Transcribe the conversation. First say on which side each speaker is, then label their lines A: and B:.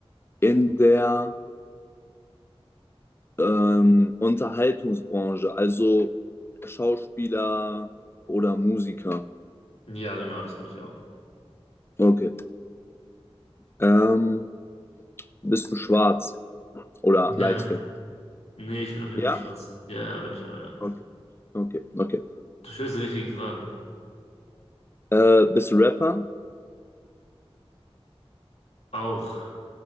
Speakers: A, on the left; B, on the left.
A: in der ähm, Unterhaltungsbranche, also Schauspieler oder Musiker?
B: Ja, genau, das bin ich auch. <laughs>
A: Okay. Ähm, bist du schwarz oder
B: Ja,
A: light
B: das,
A: skin?
B: nee, ich bin auf jeden
A: Ja?
B: Fall schwarz. Ja, ja, bin ich auch, ja.
A: Okay, okay. okay.
B: Du stellst die richtigen Fragen.
A: Äh, bist du Rapper?
B: Auch